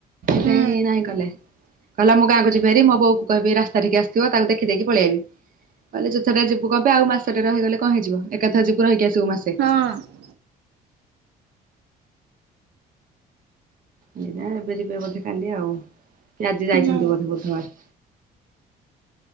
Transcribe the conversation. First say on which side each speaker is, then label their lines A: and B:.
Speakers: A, on the right; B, on the right.
A: ସେଇ
B: ହୁଁ
A: ନାହିଁ କଲେ କହିଲା ମୁଁ ଗାଁକୁ ଯିବି। ରି ମୋ ବୋଉ କହିବି ରାସ୍ତା ଠିକି ଆସିଥିବ ତାକୁ ଦେଖିଦେଇକି ପଳେଇଆଇବି। କହିଲେ ଯୁ ଥରେ ଯିବୁ କଂପେ ଆଉ ମାସଟେ ରହିଗଲେ କଣ ହେଇଯିବ ଏକାଥ ରହିକି ଆସିବୁ ମାସେ।
B: ହଁ
A: ଏଇଟା ଏବେ ଯିବେ ବୋଧେ କାଲି ଆଉ ସେ ଆଜି ଯାଇଛନ୍ତି
B: ହୁଁ
A: ବୋଧେ ବୁଧବାର।